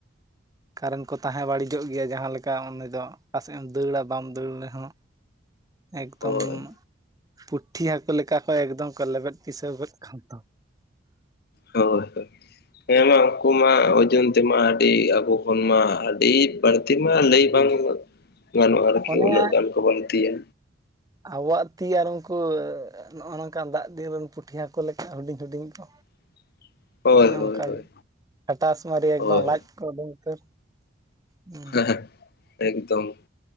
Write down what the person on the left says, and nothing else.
ᱦᱳᱭ
ᱦᱳᱭ - ᱦᱳᱭ᱾ ᱦᱮᱸᱢᱟ ᱩᱱᱠᱩ ᱢᱟ ᱾ ᱳᱡᱚᱱ ᱛᱮᱢᱟ ᱟᱹᱰᱤ ᱟᱵᱚ ᱠᱷᱚᱱ, ᱢᱟ ᱟᱹᱰᱤ ᱵᱟᱹᱲᱛᱤ ᱢᱟ, ᱞᱟᱹᱭ
ᱵᱟᱝ ᱜᱟᱱᱚᱜᱼᱟ᱾ ᱟᱨᱠᱤ
ᱩᱱᱟᱹᱜ᱾ ᱜᱟᱱ ᱠᱚ ᱵᱟᱹᱲᱛᱤᱭᱟ
<inaudible> ᱦᱳᱭ
ᱦᱳᱭ
ᱦᱳᱭ
ᱦᱳᱭ
ᱦᱮᱸ- ᱦᱮ ᱸ ᱮᱠᱫᱚᱢ, ᱾